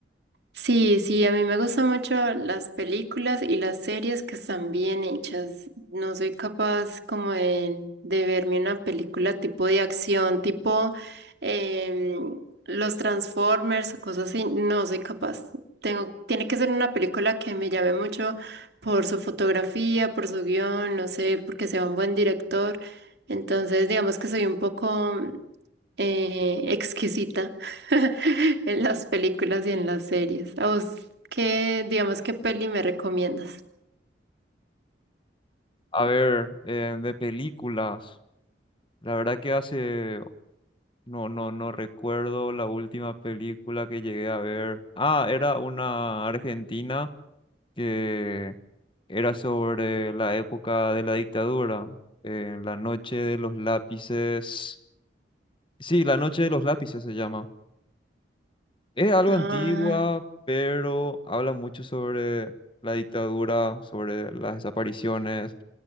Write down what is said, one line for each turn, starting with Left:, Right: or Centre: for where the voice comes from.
Right: Sí, sí, a mí me gustan mucho las películas y las series que están bien hechas. No soy capaz como de, de verme una película tipo de acción, tipo em, los Transformers o cosas así. No soy capaz. Tengo, tiene que ser una película que me llame mucho por su fotografía, por su guión, no sé, porque sea un buen director. Entonces, digamos que soy un poco eh, exquisita <laughs> en las películas y en las series. ¿A vos qué, digamos, qué peli me recomiendas?
Left: A ver, eh, de películas. La verdad que hace, no, no, no recuerdo la última película que llegué a ver. Ah, era una argentina que era sobre la época de la dictadura. En la noche de los lápices Sí, La Noche de los Lápices se llama. Es algo
Right: Ah,
Left: antigua, pero habla mucho sobre la dictadura, sobre las desapariciones,